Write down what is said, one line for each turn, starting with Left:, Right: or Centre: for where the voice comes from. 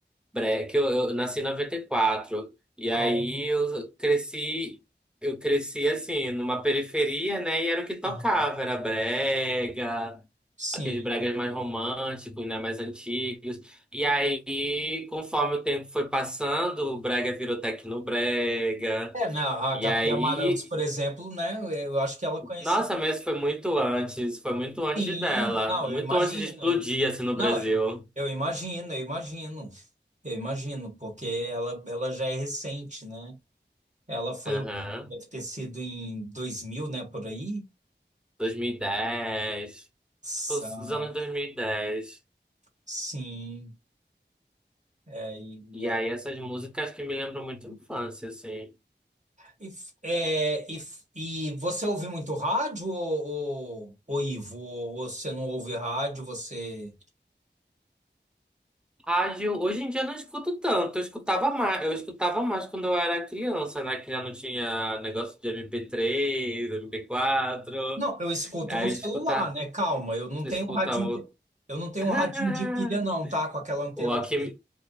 Centre: bre- que eu, eu nasci em 94. E quatro. E
Right: Ah,
Centre: aí eu cresci, eu cresci assim, numa periferia, né? E era o que tocava,
Right: aham.
Centre: era brega,
Right: Sim.
Centre: aqueles bregas mais românticos, né? Mais antigos. E aí, conforme o tempo foi passando, o brega virou tecnobrega.
Right: É, né, a
Centre: E
Right: Gabi
Centre: aí,
Right: Amarantos, por exemplo, né? Eu acho que ela é conhecida.
Centre: nossa, mas foi muito antes, foi muito antes
Right: Sim,
Centre: dela,
Right: não,
Centre: muito
Right: eu imagino.
Centre: antes de explodir
Right: eu-
Centre: assim no
Right: não,
Centre: Brasil.
Right: eu, eu imagino, eu imagino. Eu imagino, porque ela, ela já é recente, né? Ela foi,
Centre: Aham.
Right: o- deve ter sido em 2000, né, por aí?
Centre: 2010, tipo,
Right: Sa-
Centre: os anos 2010.
Right: Sim. É, e,
Centre: E dez. E
Right: e, ela-
Centre: aí essas músicas que me lembram muito a infância, assim.
Right: e f- é, e f- e você ouve muito rádio, ou, ou, ou Ivo? Ou você não ouve rádio, você.
Centre: Rádio, hoje em dia eu não escuto tanto, eu escutava mais, eu escutava mais quando eu era criança, né? Que já não tinha negócio de MP3, mp quatro
Right: Não, eu escuto
Centre: Aí
Right: no celular,
Centre: escutar,
Right: né? Calma, eu não
Centre: escutar
Right: tenho um radinho
Centre: o
Right: de, eu não tenho
Centre: <laughs>
Right: um radinho de pilha, não, tá? Com aquela antena
Centre: o Walkman.
Right: que seria.